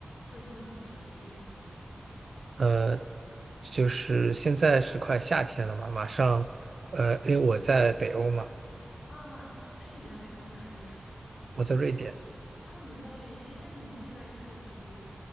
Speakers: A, on the left; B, on the right.
A: 会做什么体育运动呢？
B: 呃，就是现在是快夏天了嘛，马上，呃，因为我在北欧嘛，
A: 啊，哎，你在北欧哪里呀？
B: 我在瑞典。
A: 啊，你在瑞典，哎，那你现在是读，